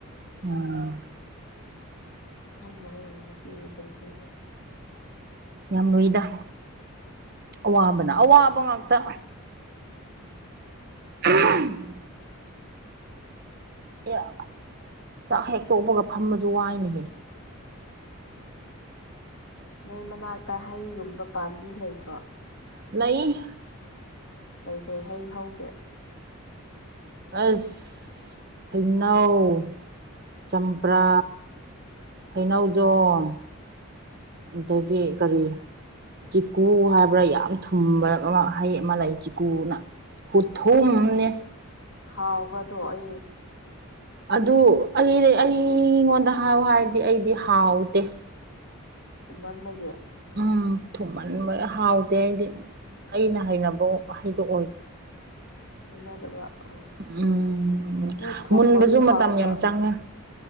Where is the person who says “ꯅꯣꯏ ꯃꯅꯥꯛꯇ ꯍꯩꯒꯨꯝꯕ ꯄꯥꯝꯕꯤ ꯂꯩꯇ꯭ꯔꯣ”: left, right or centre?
Left